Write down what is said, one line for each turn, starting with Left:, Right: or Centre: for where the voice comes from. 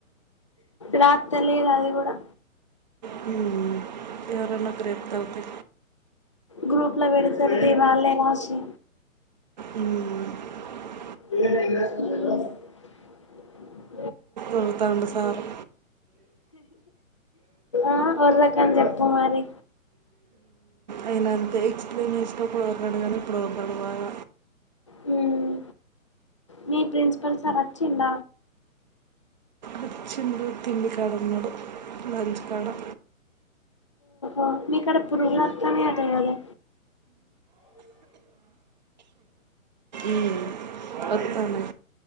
Left: రాత్త లేదు అది కూడా
Right: హమ్ ఎవరన్న రెప్తర తీ
Left: గ్రూప్ లో పెడతారు తీ వాళ్ళే రాసి
Right: హమ్
Left: హమ్
Right: ఒరతండు సారు
Left: ఆ ఒర్రకని చెప్పు మరి
Right: అయిన ఆన్ నేను వేస్తే ఓర్రడు ఇపుడు ఓర్ రువుపయ
Left: హమ్ మీ ప్రిన్సిపల్ సార్ ఆచిండ
Right: వచ్చిండు తిండికాడా ఉన్నాడు లాంచ్ కాడా
Left: ఆహ్ మీ కాడా పునుగులు ఒత్తనయ్య అంతాగా
Right: మ్మ్, వస్తాను